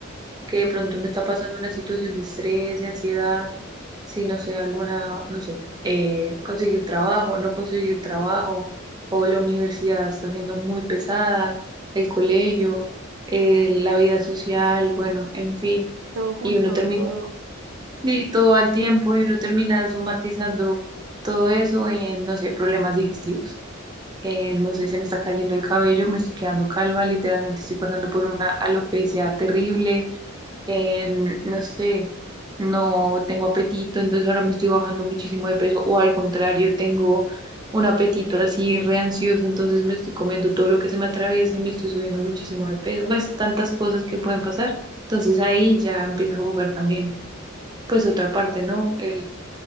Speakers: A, on the right (about 20°); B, on the right (about 80°).
A: que
B: Mm.
A: de pronto uno está pasando una situación de estrés, de ansiedad, si no sé, alguna, no sé, eh, conseguir trabajo, no conseguir trabajo, o la universidad está siendo muy pesada, el colegio, eh, la vida social, bueno, en fin,
B: Todo junto,
A: y uno termina
B: todo.
A: y todo al tiempo y uno termina somatizando todo eso en, no sé, problemas digestivos. en, no sé, se me está cayendo el cabello, me estoy quedando calva, literalmente estoy pasando por una alopecia terrible em, no sé, no tengo apetito, entonces ahora me estoy bajando muchísimo de peso, o al contrario, tengo un apetito así re ansioso, entonces me estoy comiendo todo lo que se me atraviesa y me estoy subiendo muchísimo de peso, pues tantas cosas que pueden pasar, entonces ahí ya empieza a jugar también, pues otra parte, ¿no? El,